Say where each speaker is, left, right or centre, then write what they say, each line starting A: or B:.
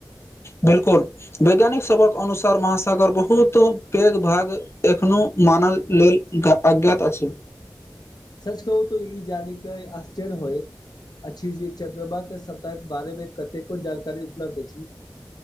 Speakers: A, on the left; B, on the left.
A: बिलकुल वैज्ञानिक सबक अनुसार महासागर बहुत पैघ भाग एखनो मान लेल अज्ञात अछि
B: सच कहू तऽ ई जानि क आश्चर्य होय अछि जे चन्द्रमा के स्ताह के बारेमे कतेको जानकारी उपलब्ध अछि